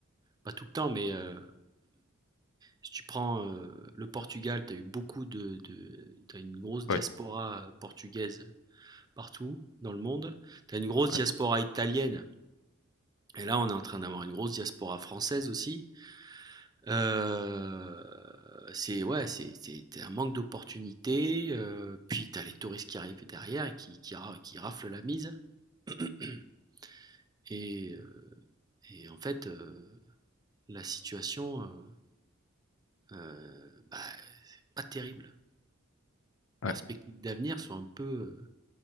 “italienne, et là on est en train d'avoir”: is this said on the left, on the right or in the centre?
Right